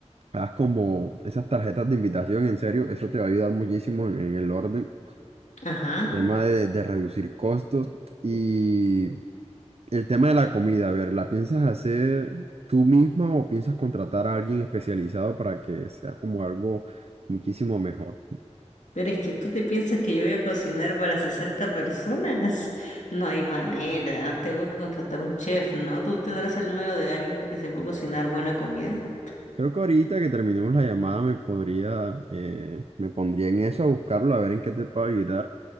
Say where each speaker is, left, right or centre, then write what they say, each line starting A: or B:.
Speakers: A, on the right; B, on the left.
A: hagas como esas tarjetas de invitación, en serio, eso te va a ayudar muchísimo en, en el orden,
B: ajá.
A: tema de, de reducir costos y el tema de la comida, a ver, ¿la piensas hacer tú misma o piensas contratar a alguien especializado para que sea como algo muchísimo mejor?
B: Pero es que tú te piensas que yo voy a cocinar para 60 personas. <laughs> No hay manera. Tengo que contratar un chef, ¿no? ¿Tú tendrás el número de alguien que sepa cocinar buena comida?
A: Creo que ahorita que terminemos la llamada me podría, eh, me pondría en eso a buscarlo, a ver en qué te puedo ayudar.